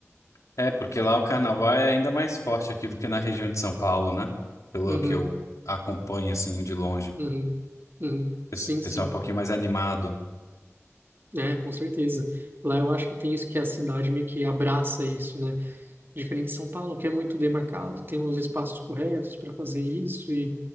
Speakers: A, on the left; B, on the right.
A: É, porque lá o carnaval é ainda mais forte aqui do que na região de São Paulo, né? Pelo
B: Uhum,
A: que eu acompanho, assim, de longe.
B: uhum, uhum.
A: Pes-
B: Sim, sim.
A: Pessoal é um pouquinho mais animado.
B: É, com certeza. Lá eu acho que tem isso que a cidade meio que abraça isso, né? Diferente de São Paulo, que é muito demarcado, tem os espaços corretos para fazer isso e,